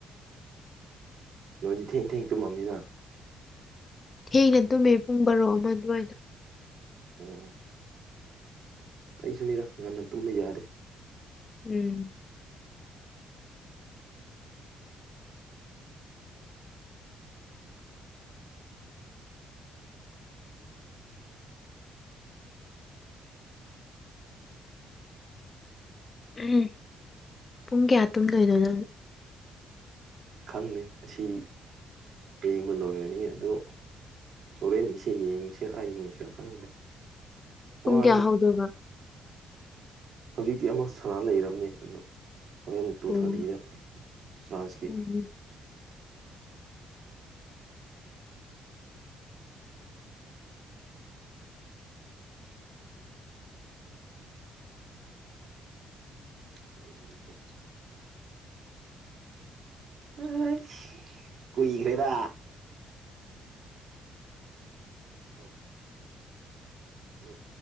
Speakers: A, on the right; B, on the left.
A: ꯅ ꯊꯦꯡ ꯊꯦꯡ ꯇꯨ ꯃꯝꯅꯤꯅ
B: ꯍꯩꯅ ꯇꯨꯝꯃꯦ ꯄꯨꯡ ꯕꯥꯔꯣ ꯑꯃ ꯑꯗꯨꯋꯥꯏꯗ
A: ꯎꯝ ꯑꯩꯁꯨꯅꯤꯗ ꯉꯟꯅ ꯇꯨꯝꯕ ꯌꯥꯗꯦ
B: ꯎꯝ ꯎꯝ ꯄꯨꯡ ꯀꯌꯥ ꯇꯨꯝꯗꯣꯏꯅꯣꯏꯅꯣꯅꯣ
A: ꯪꯅꯤ ꯑꯁꯤ ꯌꯦꯡꯕ ꯂꯣꯏꯔꯅꯤ ꯑꯗꯣ ꯑꯣꯣꯔꯦꯟ ꯅꯤꯡꯁ ꯌꯦ ꯅꯤꯡꯁꯔꯏꯌꯦꯡ ꯅꯤꯡꯁꯤꯔ ꯐꯥꯟꯗ꯭ꯔꯦ
B: ꯄꯨꯡ
A: ꯋꯥ
B: ꯀꯌꯥ ꯍꯧꯗꯣꯏꯕ
A: ꯍꯧꯖꯤꯛꯇꯤ ꯑꯃ ꯁꯅꯥ ꯂꯩꯔꯕꯝꯅꯦ ꯑꯗꯣ ꯍꯣꯔꯦꯟ ꯇꯨ
B: ꯎꯝ
A: ꯊꯥꯔꯇꯤꯗ ꯐ꯭ꯔꯥꯟꯁꯀꯤ
B: ꯎꯝ
A: ꯀꯜ ꯀ ꯑ ꯀꯏꯈ꯭ꯔꯦꯗ
B: <inaudible>
A: ꯑꯥꯎ ꯂꯨꯞ